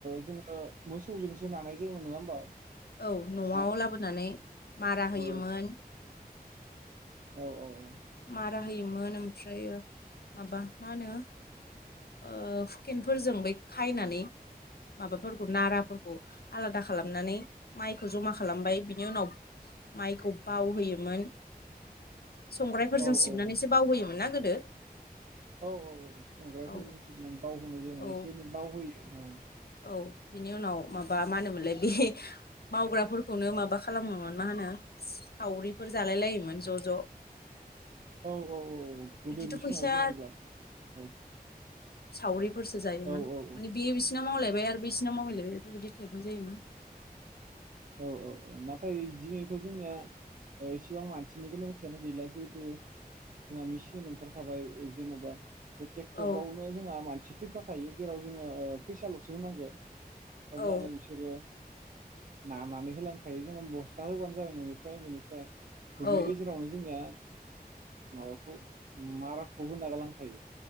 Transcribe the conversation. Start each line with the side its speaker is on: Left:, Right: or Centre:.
Right: जोङो मोसौजोंसो नानाय जायोमोन नङा होमबा?
Left: औ न'आव
Right: माइ
Left: लाबोनानै। मारा होयोमोन।
Right: औ औ औ औ
Left: मारा होयोमोन ओमफ्राय माबा मा होनो ओ हुकेनफोरजों बै खायनानै माबाफोरखौ नाराफोरखौ आलादा खालामनानै माइखौ जमा खालामबाय बिनि उनाव माइखौ बावहोयोमोन संग्राइफोरजों
Right: औ
Left: सिबनानैसो
Right: औ औ
Left: बावहोयोमोन ना गोदो?
Right: औ औ औ संग्रायफोरजों
Left: औ
Right: सिबनानै बावहोनो जाय
Left: औ
Right: एसे एनै बावहोयो औ
Left: औ बिनि उनाव माबा मा होनोमोनलाय बे मावग्राफोरखौनो माबा खालामोमोन मा होनो सावरिफोर जालाय लायोमोन ज' ज'
Right: औ औ औ गोदोनि
Left: बिदिथ' फैसा
Right: समाव जेनेबा औ
Left: सावरि फोरसो जायोमोन
Right: औ औ
Left: माने बे <unintelligible> बिसिनाव मावलायबाय आरो बिसिनाव मावलायलायबाय बेफोरबायदि टाइपनि जायोमोन।
Right: औ औ औ नाथाय दिनैथ' जोंनिया इसिबां मानसिनि गोनांथियानो गैला जिहेथु जोंहा मेसिन ओंखारखाबाय जेनेबा बे ट्रेक्टरावनो
Left: औ
Right: जोंहा मानसि फैफाखायो जेराव जोङो फैसाल'सो होनांगौ
Left: औ
Right: अब्लानो बिसोरो नानानै होलांखायो जोङो बस्था होबानो जाबाय न'निफ्राय बेनिफ्राय दुब्लि
Left: औ
Right: गेजेरावनो जोंनिया माबाखौ मा राखौ होना गालांखायो।